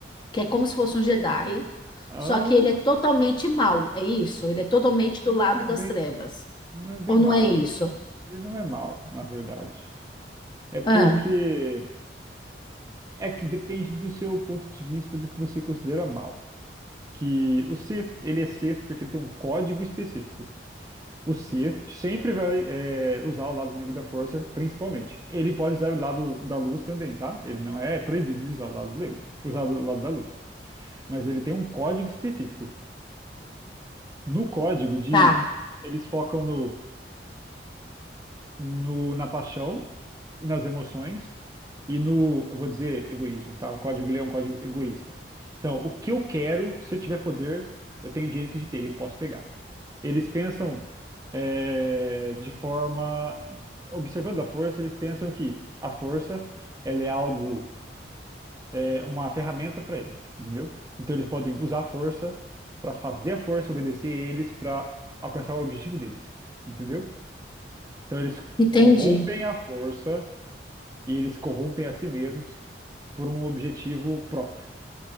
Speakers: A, on the left; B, on the right.
A: que é como se fosse um Jedi,
B: Ah,
A: só que ele é totalmente mau, é isso? Ele é totalmente do
B: não
A: lado
B: é
A: das
B: bem,
A: trevas.
B: não é bem
A: Ou
B: mal.
A: não é isso?
B: Ele ele não é mal, na verdade. É porque
A: Ah,
B: é que depende do seu ponto de vista do que você considera mal. Que o Sith, ele é Sith porque tem um código específico. O Sith sempre vai é, usar o lado negro da força, principalmente. Ele pode usar o lado da luz também, tá? Ele não é proibido de usar o lado negro, usar o lado da luz. Mas ele tem um código específico. No código diz,
A: tá.
B: eles focam no, no, na paixão nas emoções e no, eu vou dizer, egoísmo, tá? O código ele é um código egoísta. Então, o que eu quero, se eu tiver poder, eu tenho direito de ter, eu posso pegar. Eles pensam é, de forma, observando a força, eles pensam que a força, ela é algo, é uma ferramenta para eles, entendeu? Então, eles podem usar a força para fazer a força obedecer eles para alcançar o objetivo deles, entendeu? Então, eles
A: Entendi.
B: corrompem a força e eles corrompem a si mesmos por um objetivo próprio.